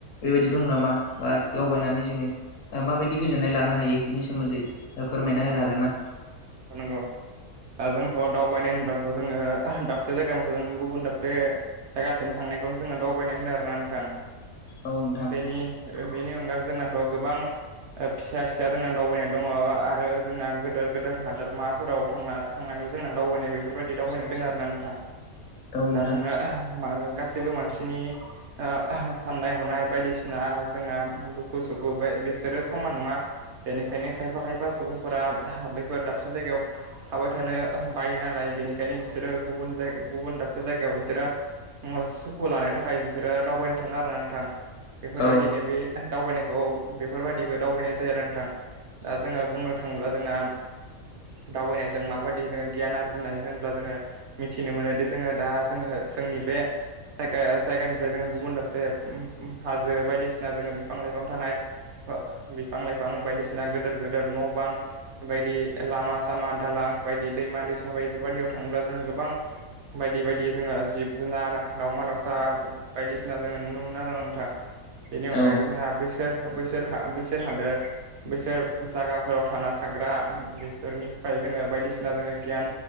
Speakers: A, on the left (about 65°); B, on the right (about 60°).
A: बेबायदि दं नामा बाट दावबायनानै जोङो ओ माबायदि गोजोन्नाय लानो हायो बिनि सोमोन्दै फोरमायना
B: नंगौ
A: होनो हागोन ना?
B: नंगौ खानांगौ। दा जोंथ' दावबायनाय होनबाथ' जोङो दाबसे जायगा मथ' जों गुबुन दाबसे जायगासिम थां खौनो जों दावबायनाय होनो आरोना नोंथां
A: औ
B: बेनि - बेनि अनगा जोंनाथ' गोबां ओ फिसा फिसा जोंना दावबायनाय दङ। ओ जोंना गोदोर गोदेर हादोरमाफोराव थांना थांनानैबो जोंना दावबायनाय बेफोरबायदि दावबायनाय दोङो आरो ना नोंथां।
A: नोंथां
B: दा जोङो मा गासैबो मानसिनि ओ साननाय हनाय बायदिसिना जोंना दुखु सुखु बे बिसोरो समान नङा बेनिखायनो खायफा खायफा सुबुंफोरा बैफोर दाबसे जायगायाव थाबाय थानो बायो नालाय बेनिखायनो बिसोरो गुबुन जाय गुबुन दाबसे जायगायाव बिसोरो सुखु लानो थाखाय बिसोरो दावबायनो थाङो आरो ना नोंथां। बेफोरबायदिनो
A: औ नोंथां औ
B: बे दावबायनायखौ बेफोरबायदिबो दावबायनाय जाया आरो ना नोंथां। दा जोङो बुंनो थाङोब्ला जोंना दावबायनायजों माबायदि जोङो गियान आरजिनाय होनब्ला जोङो मिथिनो मोनोदि जोङो दा जोङो जोंनि बे जायगाया जायगानिफ्राय जोङो गुबुन दाबसे ओम ओम हाजो बायदिसिना जोङो बिफां लाइफां थानाय बो बिफां लाइफां बायदिसिना गोदोर गोद दोर न' बां बायदि लामा सामा दालां बायदि दैमा दैसा बायदि बेफोरबायदियाव थाङोब्ला जोङो गोबां बायदि बायदि जोङो जिब जुनार दाावमा दाउसा बायदिसिना जोङो नुनो मोनो आरो। नोंथां बेनि अनगायैबो
A: औ
B: जोंहा बैसोर बैसोर बैसोर हादो बैसोर जागाफोराव थाना थाग्रा बिसोरनिफ्राय जोङो बायदिसिना जोङो गियान